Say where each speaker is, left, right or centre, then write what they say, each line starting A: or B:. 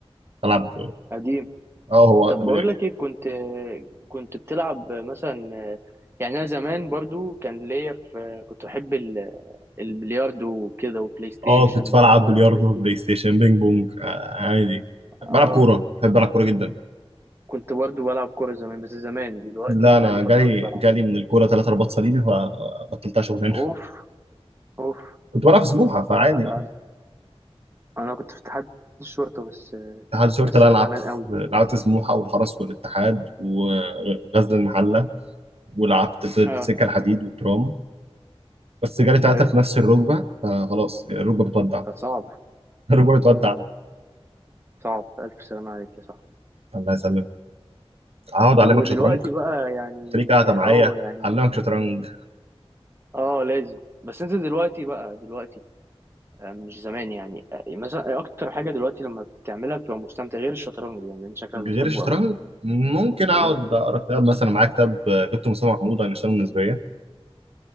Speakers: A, on the right; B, on the right.
A: بلعب
B: قديم
A: اه هو
B: طب
A: اقدم
B: بقول
A: مني بكتير
B: لك ايه كنت كنت بتلعب مثلا يعني انا زمان برضو كان ليا في كنت بحب ال- البلياردو وكده وبلاي ستيشن
A: اه كنت بلعب
B: برضو بلعب
A: بلياردو
B: بلاي ستيشن
A: بلاي ستيشن بينج بونج آه عادي بلعب
B: اه اه
A: كوره بحب العب كوره جدا
B: كنت برضو بلعب كورة زمان بس زمان دلوقتي
A: لا انا
B: بقى لي فترة
A: جالي
B: مش بلعب
A: جالي من الكوره ثلاث رباط صليبي فبطلتها شغلانه
B: اوف اوف
A: كنت بلعب في سموحه فعادي
B: آه،
A: يعني.
B: انا كنت في اتحاد الشرطة بس
A: اتحاد الشرطه
B: بس
A: لا لعبت
B: زمان
A: في-
B: قوي
A: لعبت في سموحه والحرس والاتحاد وغزل المحله ولعبت في
B: اه
A: السكه الحديد والترام بس جالي ثلاثه
B: حلو
A: في نفس الركبه فخلاص الركبه بتودع <laughs>
B: صعب
A: الركبه بتودع
B: مم، صعب الف سلامة عليك يا صاحبي
A: الله يسلمك هقعد اعلمك
B: لو دلوقتي
A: شطرنج
B: بقى يعني
A: قلت ليك قاعده معايا
B: اه يعني
A: اعلمك شطرنج
B: اه لازم بس انت دلوقتي بقى دلوقتي آه، مش زمان يعني آه، مثلا اكتر حاجه دلوقتي لما بتعملها بتبقى مستمتع غير الشطرنج يعني انت شكلك بتحبه
A: غير الشطرنج
B: قوي
A: ممكن اقعد
B: مم.
A: اقرا كتاب مثلا معايا كتاب دكتور مصطفى محمود اينشتاين والنسبيه